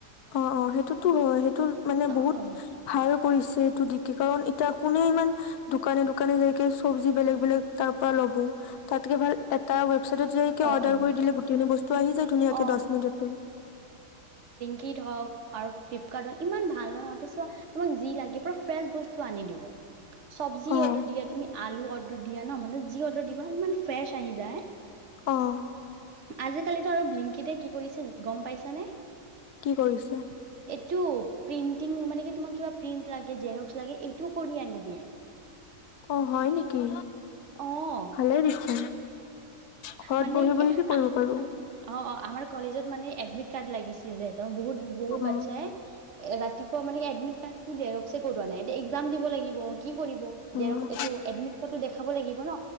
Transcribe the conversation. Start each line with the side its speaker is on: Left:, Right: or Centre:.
Left: অ অ সেইটোতো হয় সেইটো মানে
Right: অ',
Left: বহুত
Right: অ',
Left: ভাল কৰিছ টো দিকে কাৰণ এতিয়া কোনে ইমান দোকানে দোকানে যাইকে চব্জি বেলেগ বেলেগ তাৰ পৰা ল'ব তাতকে ভাল এটা চাইদত যাইকে
Right: অ',
Left: অৰ্ডাৰ
Right: অ'।
Left: কৰি দে গোটেখিনি বস্তু তো আহি যায় ধুনীয়াকে
Right: অ
Left: দহ মিনিটতে
Right: নিদ হওঁক আৰু ফিভ। কাৰণ ইমান ভাল ন সিহঁতে চোৱা। তোমাক যি লাগে পুৰা ফ্ৰেচ বস্তু আনি দিব। চব্জি
Left: অ',
Right: অৰ্ডাৰ দিয়া, তুমি আলু অৰ্ডাৰ দিয়া ন', মানে যি অৰ্ডাৰ দিবা ইমান ফ্ৰেচ আহি যায়
Left: অ',
Right: আজি সেইটো বিলেংকিতে কি কৰিছে গম পাইছ নে?
Left: কি কৰিছে?
Right: এইটো, প্ৰিন্টিং মানে কি তোমাৰ কিবা প্ৰিণ্ট লাগে, জেৰক্স লাগে, এইটোও কৰি আনিব। দিয়ে।
Left: অ' হয় নেকি?
Right: আহ।
Left: ভালেই দেখোন। ঘৰত
Right: মানে
Left: বহি
Right: কি,
Left: বহি কৰিব
Right: অ'
Left: পাৰো?
Right: অ' আমাৰ কলেজত মানে এডমিট কাৰ্ড লাগিছিল দে। ত বহুত বহুত
Left: অ',
Right: বচ্ছা এ এ ৰাতিপুৱা মানে এডমিট কাৰ্ড টো জেৰক্স কৰোৱা নাই, এতিয়া এক্সাম দিব লাগিব। কি কৰিব,
Left: অ',
Right: এইটো এডমিতটো দেখাব লাগিব ন,